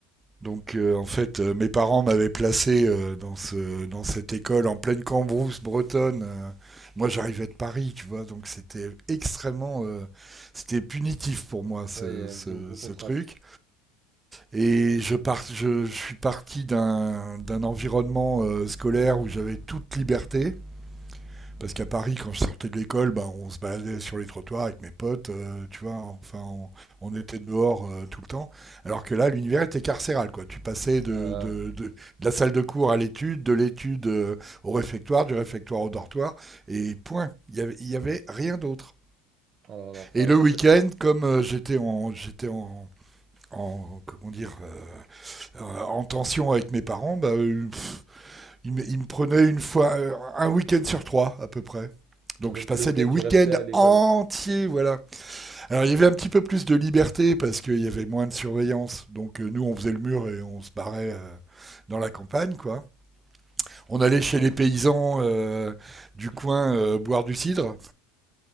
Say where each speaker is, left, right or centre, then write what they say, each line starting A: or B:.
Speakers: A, on the right; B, on the right.
A: Donc euh, en fait, euh, mes parents m'avaient placé euh, dans, ce, dans cette école en pleine Cambrousse bretonne. Euh, moi, j'arrivais de Paris, tu vois, donc c'était extrêmement, euh, c'était punitif pour moi ce,
B: Ouais, il y a
A: ce,
B: un gros, gros
A: ce
B: contraste.
A: truc. Et je, par- je, je suis parti d'un d'un environnement euh, scolaire où j'avais toute liberté Parce qu'à Paris, quand je sortais de l'école, bah, on se baladait sur les trottoirs avec mes potes, euh, tu vois, enfin, on, on était dehors euh, tout le temps. Alors que là, l'univers était carcéral, quoi. Tu passais de,
B: Ah là là.
A: de, de, de la salle de cours à l'étude, de l'étude euh, au réfectoire, du réfectoire au dortoir, et point. Il n'y avait, il y avait rien d'autre.
B: Ah là là, l'enfer.
A: Et le
B: Et ça,
A: week-end,
B: c'est-
A: comme euh, j'étais en, j'étais en, en, comment dire, euh, en tension avec mes parents, bah, euh, pff, il me, il me prenait une fois euh, un week-end sur trois à peu près. Donc
B: Ah, Donc
A: je passais
B: le week-end,
A: des week-ends
B: tu restais à l'école.
A: entiers, voilà. Alors il y avait un petit peu plus de liberté parce qu'il y avait moins de surveillance. Donc euh, nous on faisait le mur et on se barrait euh, dans la campagne, quoi. On allait chez les paysans euh, du coin euh, boire du cidre.